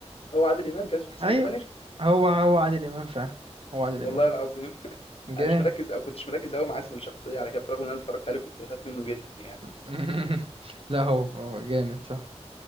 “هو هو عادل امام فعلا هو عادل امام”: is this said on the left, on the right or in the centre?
Right